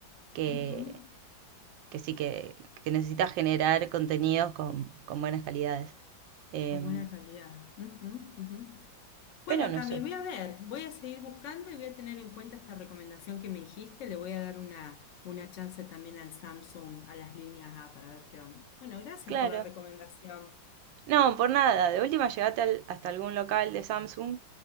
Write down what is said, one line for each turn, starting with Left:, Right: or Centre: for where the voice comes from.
Right: que
Left: Ujú.
Right: que sí que, que necesitas generar contenidos con, con buenas calidades. Em,
Left: Con buena calidad. Ujú, ujú. Bueno,
Right: pero no
Left: Cami,
Right: sé,
Left: voy a ver. Voy a seguir buscando y voy a tener en cuenta esta recomendación que me dijiste. Le voy a dar una, una chance también al Samsung, a las líneas A, para ver qué onda. Bueno, gracias
Right: claro.
Left: por la recomendación.
Right: No, por nada. De última, llegate al- hasta algún local de Samsung